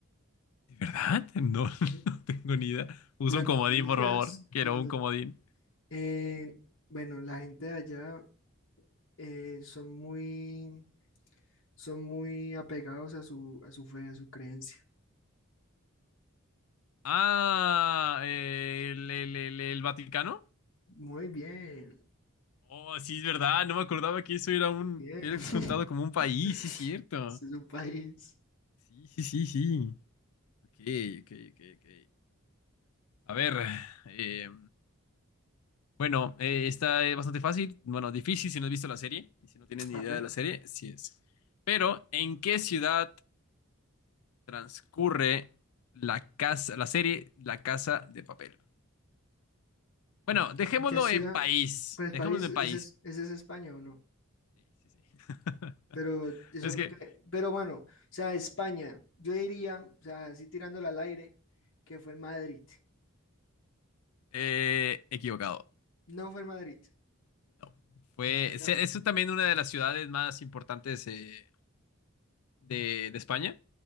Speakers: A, on the left; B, on the left.
A: ¿De verdad? No, <laughs>
B: ¿sí?
A: no tengo ni idea. Usa
B: Las
A: un
B: noticias,
A: comodín, por favor. Quiero
B: en las not-
A: un comodín.
B: eh, bueno, la gente de allá eh, son muy son muy apegados a su, a su fe, a su creencia.
A: Ah, el, el- el- el Vaticano.
B: Muy bien,
A: Oh, sí, es verdad. No me acordaba que eso era un.
B: muy bien.
A: Era
B: <laughs>
A: descontado como un país,
B: Ese
A: sí, es cierto.
B: es un país.
A: Sí, sí, sí, sí. Ok, ok, ok, ok. A ver, eh, bueno, eh, esta es bastante fácil, bueno, difícil si no has visto la serie y si no tienes ni
B: A
A: idea
B: ver,
A: de la serie, sí es. Pero, ¿en qué ciudad transcurre la casa, la serie La Casa de Papel? Bueno, dejémoslo
B: ¿en qué ciudad?
A: en país,
B: Pues
A: dejémoslo
B: país,
A: en
B: ese
A: país.
B: es, ese es España o no.
A: Sí, sí, sí. <laughs>
B: Pero eso
A: Es
B: creo
A: que,
B: que, pero bueno, o sea, España, yo diría, o sea, así tirándola al aire, que fue en Madrid.
A: eh, equivocado.
B: No fue en Madrid.
A: No. Fue,
B: ¿Dónde
A: se-
B: fue?
A: es también una de las ciudades más importantes eh, de, de España,